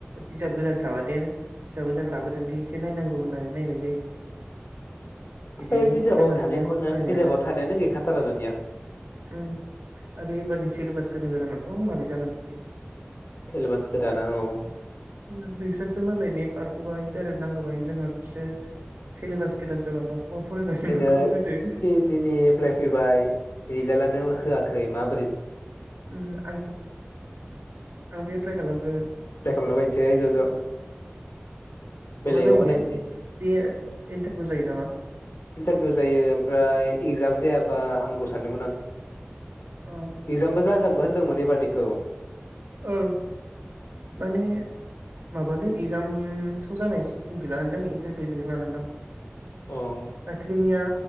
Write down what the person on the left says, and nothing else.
ओइ बिजाबाव
थानायखौनो
बिजाबाव थानायानो गैखा थारा दानिया
सिलेबास गोदाना औ
दिनै
पिसडिनि एप्लाइ फैबाय रिजाल्टआनो होआखै खै मा
एप्लाइ खालामला बायनोसै ज' ज' बेलेगावबो
नायनोसै
इन्टारभिउ जायो ओमफ्राय इगजाम जायाबा हामगौ सानदोंमोन आं।
इगजामा जा गोनबो होनदोंमोन एबारनिखौ
अ